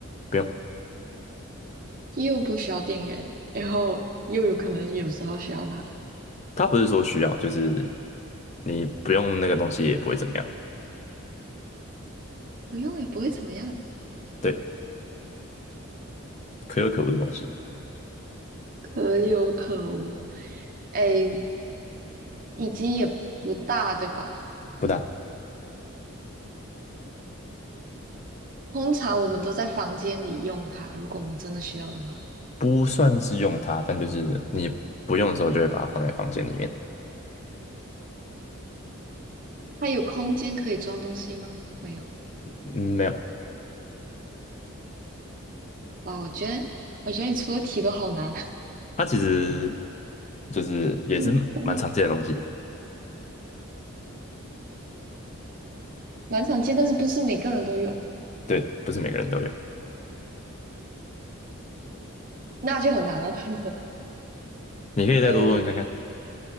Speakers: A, on the left; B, on the right.
A: 不用，
B: 又不需要电源，然后又有可能有时候需要它，
A: 它不是说需要，就是你不用那个东西也不会怎么样。
B: 不用也不会怎么样，
A: 对。可有可无的东西，
B: 可有可无。诶，以及也不大，对吧？
A: 不大，
B: 通常我们都在房间里用它，如果我们真的需要的话，
A: 不算是用它，但就是你不用的时候就会把它放在房间里面。
B: 它有空间可以装东西吗？没有。
A: 嗯，没有，
B: 哇，我觉得，我觉得你出的题都好难。
A: 它其实就是也是蛮常见的东西，
B: <laughs> 蛮常见，但是不是每个人都有，
A: 对，不是每个人都有。
B: 那就很难了。<laughs>
A: 你可以再多多问看看，
B: 诶，